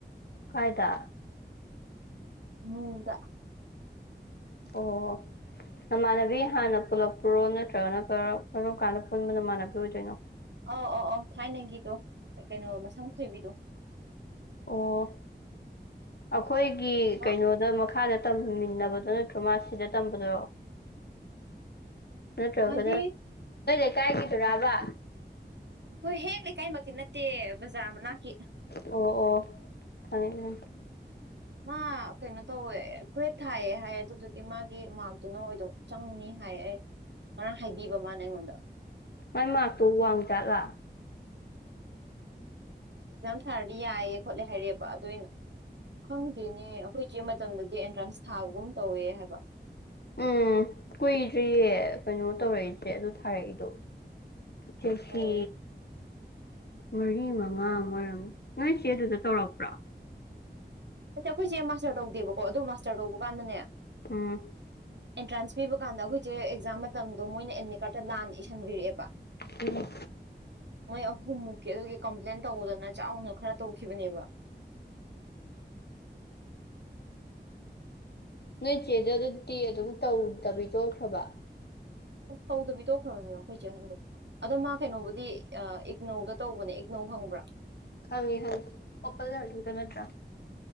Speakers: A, on the left; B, on the right.
A: ꯀꯥꯏꯗ
B: ꯎꯝꯗ
A: ꯑꯣ ꯅꯃꯥꯟꯅꯕꯤ ꯍꯥꯟꯅ ꯄꯨꯜꯂꯛꯄꯨꯔꯣ ꯅꯠꯇ꯭ꯔꯒꯅ ꯀꯔꯝ ꯀꯥꯟꯗ ꯄꯨꯟꯕ ꯅꯃꯥꯟꯅꯕꯤ ꯑꯣꯏꯗꯣꯏꯅꯣ
B: ꯑꯧ ꯑꯧ ꯑꯧ ꯊꯥꯏꯅꯒꯤꯗꯣ ꯀꯩꯅꯣ ꯃꯁꯝ ꯈꯣꯏꯕꯤꯗꯣ
A: ꯑꯣ ꯑꯩꯈꯣꯏꯒꯤ
B: ꯃꯥ
A: ꯀꯩꯅꯣꯗ ꯃꯈꯥꯗ ꯇꯝꯃꯤꯟꯅꯕꯗꯣ ꯅꯠꯇ꯭ꯔꯣ ꯃꯥ ꯁꯤꯗ ꯇꯝꯕꯗꯣ ꯅꯠꯇ꯭ꯔꯒꯗ
B: ꯍꯥꯏꯗꯤ
A: ꯅꯣꯏ ꯂꯩ ꯀꯥꯏꯒꯗꯨꯔꯥꯕ
B: ꯑꯩꯈꯣꯏ ꯍꯦꯛ ꯂꯩꯀꯥꯏꯃꯛꯇꯤ ꯅꯠꯇꯦ ꯕꯖꯥꯔ ꯃꯅꯥꯛꯀꯤ
A: ꯑꯣ ꯑꯣ ꯈꯪꯉꯦ ꯈꯪꯉꯦ
B: ꯃꯥ ꯀꯩꯅꯩꯅꯣ ꯇ ꯒ꯭ꯔꯦꯠ ꯊꯥꯏꯌꯦꯦ ꯍꯥꯏꯌꯦ ꯑꯗꯨꯗꯨꯗꯤ ꯃꯥꯒꯤ ꯃꯥꯔꯛꯇꯨꯅ ꯑꯣꯏꯗꯣꯛ ꯆꯪꯅꯤ ꯍꯥꯏ ꯑꯩ ꯉꯔꯥꯡ ꯍꯥꯏꯕꯤꯕ ꯃꯥꯅꯦ ꯑꯩꯉꯣꯟꯗ
A: ꯃ ꯃꯥꯇꯣ ꯋꯥꯡ ꯆꯠꯂ
B: ꯁꯥꯔꯗꯤ ꯌꯥꯏꯌꯦ ꯈꯣꯠꯂꯦ ꯍꯥꯏꯔꯛꯦꯕ ꯑꯗꯨꯏꯅ ꯈꯪꯗꯦꯅꯦ ꯑꯩꯈꯣꯏ ꯏ ꯆꯦ ꯃꯇꯝꯗꯗꯤ ꯦ ꯑꯦꯟꯇ꯭ꯔꯥꯟꯁ ꯊꯥꯕꯒꯨꯝ ꯇꯧꯋꯦ ꯍꯥꯏꯕ
A: ꯎꯝ ꯀꯨꯏꯗ꯭ꯔꯤꯌꯦ ꯀꯩꯅꯣ ꯇꯧꯔꯛꯏꯁꯦ ꯑꯗꯨ ꯊꯥꯔꯛꯏꯗꯣ ꯆꯁꯤ
B: ꯑꯣ
A: ꯃꯔꯤ ꯃꯉꯥ ꯑꯣꯏꯔꯝꯅꯤ ꯅꯣꯏ ꯆꯦ ꯑꯗꯨꯗ ꯇꯧꯔꯛꯄ꯭ꯔꯥ
B: ꯅꯠꯇꯦ ꯑꯩꯈꯣꯏꯁꯦ ꯃꯥꯁꯇꯔ ꯇꯧꯗꯦꯕꯀꯣ ꯑꯗꯨ ꯃꯥꯁꯇꯔ ꯇꯧꯕ ꯀꯥꯟꯗꯅꯦ
A: ꯎꯝ
B: ꯑꯦꯟꯇ꯭ꯔꯥꯟꯁ ꯄꯤꯕ ꯀꯥꯟꯗ ꯑꯩꯈꯣꯏꯁꯦ ꯑꯦꯛꯖꯥꯝ ꯃꯇꯝꯗꯣ ꯃꯣꯏꯅ ꯑꯦꯗꯃꯤꯠ ꯀꯥꯔꯠꯇ ꯂꯥꯟꯅ ꯏꯁꯤꯟꯕꯤꯔꯛꯑꯦꯕ
A: ꯎꯝ
B: ꯃꯣꯏ ꯑꯍꯨꯝꯃꯨꯛꯀꯤ ꯑꯗꯨꯒꯤ ꯀꯝꯄ꯭ꯂꯦꯟ ꯇꯧꯕꯗꯅ ꯆꯥꯎꯅ ꯈꯔ ꯇꯧꯈꯤꯕꯅꯦꯕ <inaudible>
A: ꯅꯣꯏ ꯏꯆꯦꯗ ꯑꯗꯨꯗꯤ ꯑꯗꯨꯝ ꯇꯧꯗꯕꯤ ꯇꯣꯛꯈ꯭ꯔꯕ
B: ꯇꯧꯗꯕꯤ ꯇꯧꯈ꯭ꯔꯕꯅꯦꯕ ꯑꯩꯈꯣꯏꯁꯦꯍꯟꯗꯣ ꯑꯗꯣ ꯃꯥ ꯀꯩꯅꯣꯕꯨꯗꯤ ꯏꯛꯅꯧꯒ ꯇꯧꯕꯅꯦ ꯏꯛꯅꯧ ꯈꯪꯕ꯭ꯔꯥ
A: ꯈꯪꯉꯤ ꯈꯪꯉ ꯑꯣꯄꯜ ꯂꯗ ꯅꯠꯇ꯭ꯔꯥ